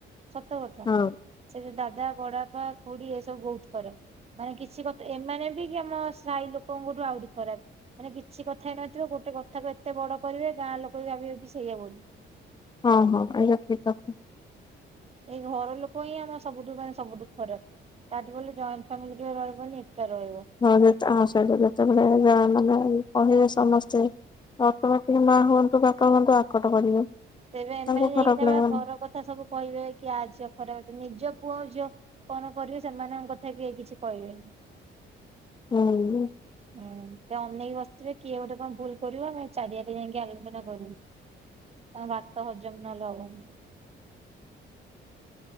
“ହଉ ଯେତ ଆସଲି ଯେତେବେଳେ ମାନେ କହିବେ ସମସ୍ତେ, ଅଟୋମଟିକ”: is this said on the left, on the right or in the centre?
Left